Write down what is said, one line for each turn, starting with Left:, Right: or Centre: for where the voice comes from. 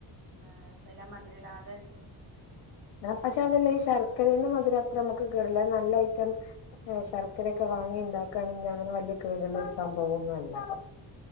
Right: ഏ വല്ലാ മദ്‌രടാതെ
Left: ആം പക്ഷെ അതല്ല ഈ ശർക്കരേന്ന് മധുര അത്രമു ക്ക് കേട്ല്ല അത് നല്ല ഐറ്റം എ ശർക്കരയൊക്കെ വാങ്ങി ണ്ടാക്കാണെങ്കി അങ്ങനെ വല്യെ കേട്ള്ള ഒര് സംഭവാെന്നു അല്ല